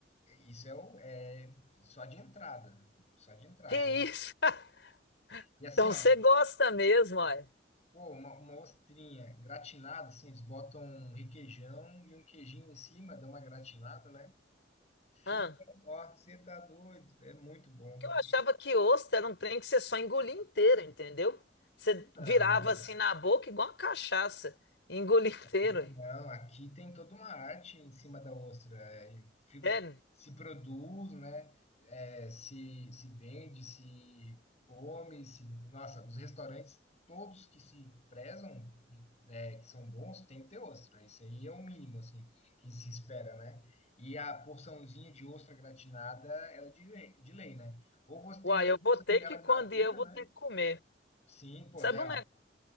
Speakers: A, on the left; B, on the left.
A: isso é, o- é só de entrada, só de entrada.
B: Que
A: hein?
B: isso? <laughs>
A: E assim,
B: Então
A: ó,
B: você gosta mesmo, olha.
A: pô, uma, uma ostrinha gratinada, assim, eles botam um requeijão e um queijinho em cima, dão uma gratinada, né? Fica,
B: Ah,
A: ó, você tá doido, é muito bom.
B: porque eu achava que ostra era um trem que você só engolia inteiro, entendeu? Você
A: Não.
B: virava assim na boca igual uma cachaça. e Engolia <laughs> inteiro.
A: Não,
B: ué.
A: não, aqui tem toda uma arte em cima da ostra. é, e fi-
B: Sério?
A: se produz, né? é, se, se vende, se come, se... Nossa, os restaurantes, todos que se prezam, né, que são bons, tem que ter ostra. Isso aí é o mínimo, assim, que se espera, né? E a porçãozinha de ostra gratinada, ela é de lei, de lei, né? Ou você tem
B: Uai,
A: gente
B: eu
A: que gosta
B: vou ter
A: de comer
B: que,
A: ela
B: quando
A: in natura,
B: ir, eu vou
A: né?
B: ter que comer.
A: Sim, pô,
B: Sabe
A: né?
B: um
A: ó,
B: negócio?